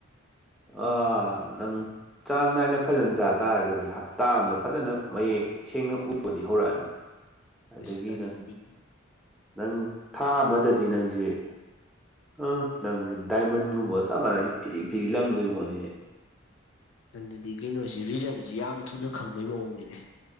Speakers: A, in the centre; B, on the left.
A: ꯑꯥ ꯅꯪ ꯆꯥꯡ ꯅꯥꯏꯅ ꯐꯖꯅ ꯆꯥ ꯇꯥꯔꯒꯗꯤ ꯍꯞꯇꯥ ꯑꯝꯗ ꯐꯖꯅ ꯃꯌꯦꯛ ꯁꯦꯡꯅ ꯎꯕꯗꯤ ꯍꯧꯔꯛꯑꯅꯤ
B: <inaudible>
A: ꯑꯗꯒꯤ
B: ꯑꯗꯨꯗꯤ
A: ꯅꯪ ꯅꯪ ꯊꯥ ꯑꯃꯗꯗꯤ ꯅꯪꯁꯦ ꯑ ꯂꯪꯒꯤ ꯗꯥꯏꯃꯟꯒꯨꯝꯕ ꯆꯞ ꯃꯥꯟꯅꯩ ꯐꯤꯔꯤ ꯐꯤꯔꯤ ꯂꯪꯗꯣꯏꯕꯣꯠꯅꯤꯍꯦ
B: ꯑꯗꯨꯗꯤ ꯀꯩꯅꯣꯁꯤ ꯔꯤꯖꯟꯁꯤ ꯌꯥꯝ ꯊꯨꯅ ꯈꯪꯕꯩ ꯃꯑꯣꯡꯅꯤꯅꯦ